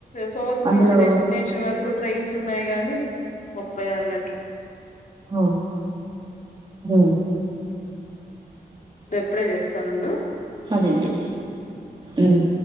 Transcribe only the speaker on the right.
అందులో
అవును మ్మ్
అదేజీ మ్మ్